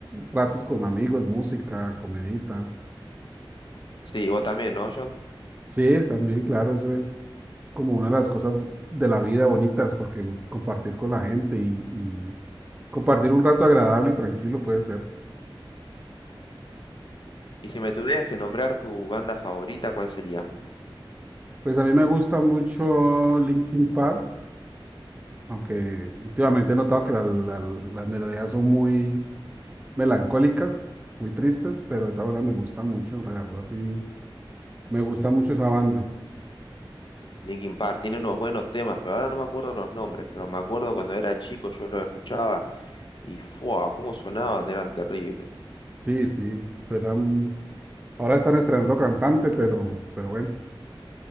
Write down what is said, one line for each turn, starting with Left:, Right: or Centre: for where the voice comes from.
Right: ratos con amigos, música, comidita.
Left: Sí, vos también, ¿no, John?
Right: Sí, también, claro, eso es como una de las cosas de la vida bonitas, porque compartir con la gente y, y compartir un rato agradable y tranquilo puede ser.
Left: Y si me tuvieras que nombrar tu banda favorita, ¿cuál sería?
Right: Pues a mí me gusta mucho Linkin Park, Aunque últimamente he notado que la- la- las melodías son muy melancólicas, muy tristes, pero de todas maneras me gusta mucho, la verdad sí, me gusta mucho esa banda.
Left: Linkin Park tiene unos buenos temas, pero ahora no me acuerdo los nombres, pero me acuerdo cuando era chico yo los escuchaba y ¡fua! cómo sonaban, eran terribles.
Right: Sí, sí, pero ahora están estrenando cantante, pero, pero bueno,